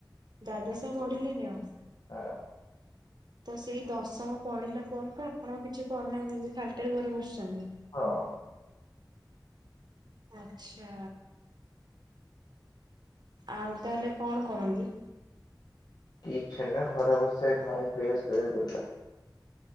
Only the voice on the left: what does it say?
ନା।
ହଁଅଁ।
କିଛ ନାଇଁ ଘରେ ବସେ ଖାଏ ପିଏ ଶୁଏ ବୁଲେ।